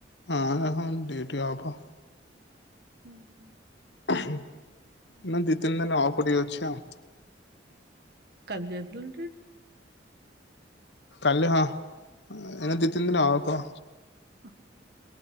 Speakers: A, on the left; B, on the right.
A: ହଁ-ହଁ-ହଁ ଡିଉଟି ଅଫ
B: ହୁଁ ହୁଁ।
A: ଏଇନା ଦି ତିନି ଦିନ ଅଫ ଟିକେ ଅଛି ଆଉ।
B: କାଲି ଯାଇଥିଲ ଡିଉଟି?
A: କାଲି ହଁ, ଏ ଦିଇ ତିନି ଦିନ ଅଫ
B: ହ